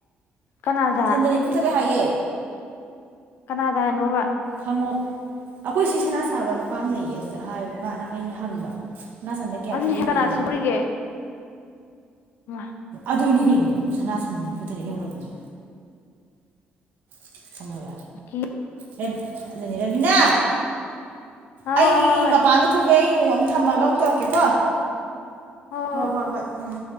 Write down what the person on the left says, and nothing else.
ꯀꯅꯥꯗ
ꯀꯅꯥꯗꯅꯣꯕ
ꯑꯗꯨꯗꯤ
ꯀꯅꯥ ꯁꯤꯗꯣꯔꯤꯒꯦ ꯍꯣꯏ
<unintelligible>
ꯍꯣꯏ
ꯍꯣꯏ ꯍꯣꯏ
ꯍꯣꯏ